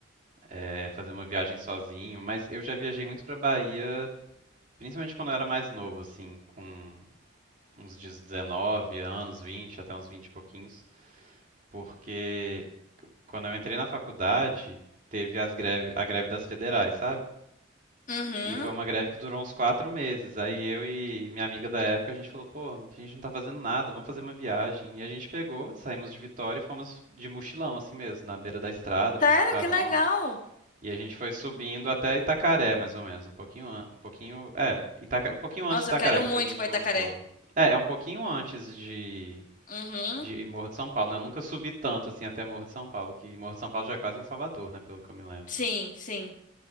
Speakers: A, on the right; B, on the left.
A: É, fazer uma viagem sozinho, mas eu já viajei muito pra Bahia, principalmente quando eu era mais novo, assim, com uns 19 anos, 20 até uns 20 e pouquinhos, porque quando eu entrei na faculdade, teve as greve, a greve das federais, sabe?
B: Uhum.
A: E foi uma greve que durou uns quatro meses. Aí eu e minha amiga da época, a gente falou, pô, a gente não tá fazendo nada, vamos fazer uma viagem. E a gente pegou, saímos de Vitória e fomos de mochilão, assim mesmo, na beira da estrada, pedindo
B: Sério,
A: carona.
B: que legal.
A: E a gente foi subindo até Itacaré, mais ou menos, um pouquinho, an- um pouquinho, é, Itaca- um pouquinho antes
B: Nossa,
A: de Itacaré,
B: eu quero
A: que
B: muito
A: depois a gente
B: ir pra
A: voltou.
B: Itacaré.
A: É, é um pouquinho antes de
B: Uhum.
A: de Morro de São Paulo, né? Eu nunca subi tanto assim até Morro de São Paulo, que Morro de São Paulo já é quase em Salvador, né? Pelo que eu me lembro.
B: Sim, sim.